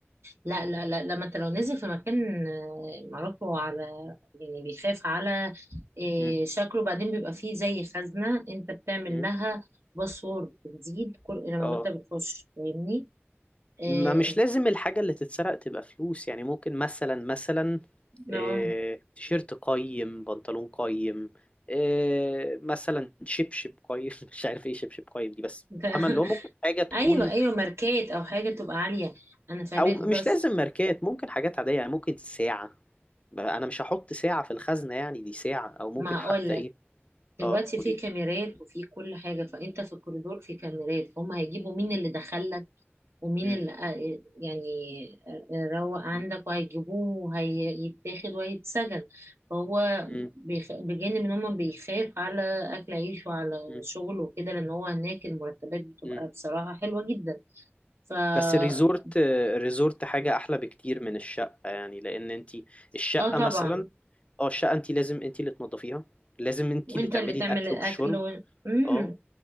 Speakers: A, on the right (about 70°); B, on the left (about 30°).
A: لا لا لا لما انت لو نزل في مكان آه، معروف هو على يعني بيخاف على آه،
B: مم.
A: شكله بعدين بيبقى فيه زي خزنة انت بتعمل
B: مم.
A: لها باسورد جديد كل لما
B: اه
A: انت بتخش فاهمني آه،
B: ما مش لازم الحاجة اللي تتسرق تبقى فلوس يعني ممكن مثلا مثلا إيه،
A: آه،
B: تيشيرت قيم بنطلون قيم إيه، مثلا شبشب قيم <laughs> مش عارف ايه شبشب قيم دي بس
A: انت <laughs>
B: فاهمة اللي هو ممكن حاجة تكون
A: ايوه ايوه ماركات او حاجة تبقى عالية انا فاهمك
B: او مش
A: بس
B: لازم ماركات ممكن حاجات عاديه يعني ممكن ساعه انا مش هحط ساعه في الخزنه يعني دي ساعه او ممكن
A: ما
B: حتى
A: هقول لك
B: ايه
A: دلوقتي
B: اه قولي
A: في
B: لي
A: كاميرات وفي كل حاجة فانت في الكوريدور في كاميرات فهم هيجيبوا مين اللي دخل ومين
B: أم،
A: اللي آه، يعني آه، روق عندك
B: أم،
A: وهيجيبوه وهيتاخد وهيتسجن فهو
B: أم،
A: بيخ... بجانب ان هم بيخاف على اكل عيش وعلى
B: أم،
A: شغله وكده لان هو هناك المرتبات بتبقى
B: أم.
A: بصراحة حلوة جدا ف اه
B: بس الريزورت الريزورت حاجه احلى بكتير من الشقه يعني لان انت الشقه
A: طبعا
B: مثلا اه الشقه انت لازم انت اللي تنظفيها لازم انت
A: وانت
B: اللي تعملي
A: اللي تعمل
B: الاكل
A: الاكل
B: والشرب
A: و... مم.
B: اه